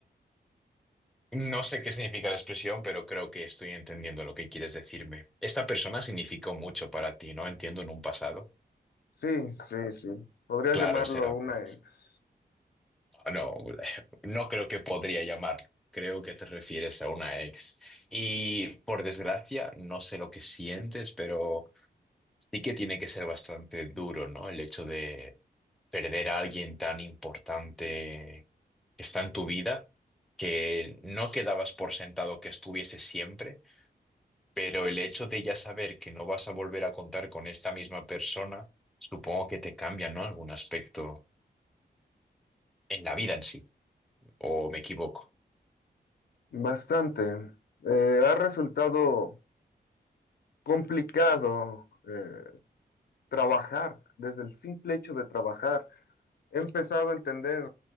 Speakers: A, in the centre; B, on the left.
A: No sé qué significa la expresión, pero creo que estoy entendiendo lo que quieres decirme. Esta persona significó mucho para ti, ¿no? Entiendo en un pasado.
B: Sí, sí, sí. Podrías
A: Claro,
B: llamarlo
A: será
B: una
A: por eso.
B: ex.
A: No, <laughs> no creo que podría llamarlo. Creo que te refieres a una ex. Y por desgracia, no sé lo que sientes, pero sí que tiene que ser bastante duro, ¿no? El hecho de perder a alguien tan importante que está en tu vida, que no quedabas por sentado que estuviese siempre, pero el hecho de ya saber que no vas a volver a contar con esta misma persona, supongo que te cambia, ¿no? Algún aspecto en la vida en sí, ¿o me equivoco?
B: Bastante. Eh, ha resultado complicado eh, trabajar, desde el simple hecho de trabajar. He empezado a entender,